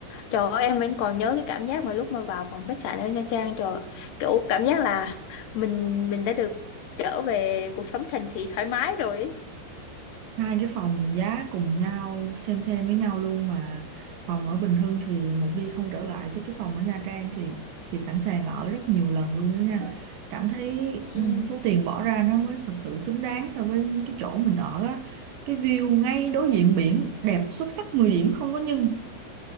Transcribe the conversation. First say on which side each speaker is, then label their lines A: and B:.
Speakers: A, on the left (about 60°); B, on the right (about 65°).
A: trời ơi em vẫn còn nhớ cái cảm giác mà lúc mà vào phòng khách sạn ở Nha Trang trời ơi, kiểu cảm giác là mình mình đã được trở về cuộc sống thành thị thoải mái rồi ấy.
B: hai cái phòng giá cùng nhau xem xem với nhau luôn mà phòng ở Bình Hưng thì một đi không trở lại chứ cái phòng ở Nha Trang thì chị sẵn sàng ở rất nhiều lần luôn đó nha cảm thấy
A: ừ.
B: ừ, số tiền bỏ ra nó mới thật sự xứng đáng so với cái chỗ mình ở á cái view ngay đối diện biển đẹp xuất sắc 10 điểm không có nhưng